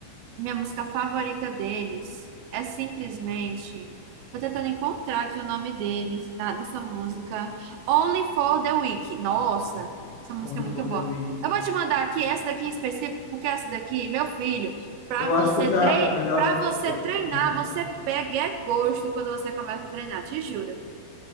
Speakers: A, on the right (about 80°); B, on the left (about 85°).
A: Minha música favorita deles é simplesmente. Tô tentando encontrar aqui o nome deles, tá? Dessa música. Only for the Week. Nossa, essa música
B: Only
A: é muito
B: for
A: boa.
B: the Weak.
A: Eu vou te mandar aqui essa daqui em específico, porque essa daqui, meu filho, pra
B: Eu
A: você
B: acho que eu já,
A: tre...
B: eu já,
A: para você
B: eu,
A: treinar,
B: Uhum.
A: você pega é gosto quando você começa a treinar, te juro.